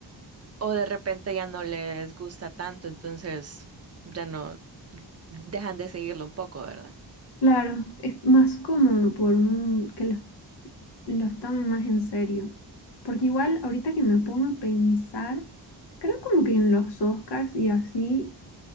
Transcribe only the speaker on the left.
Claro, es más como por un, que los, los tomen más en serio. Porque igual ahorita que me pongo a pensar, creo como que en los Oscars y así